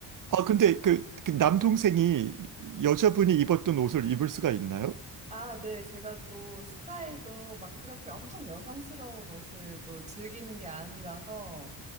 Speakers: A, on the right; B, on the right.
A: 아, 근데 그, 그 남동생이 여자분이 입었던 옷을 입을 수가 있나요?
B: 아, 네. 제가 또 스타일도 막 그렇게 엄청 여성스러운 옷을 또 즐기는 게 아니라서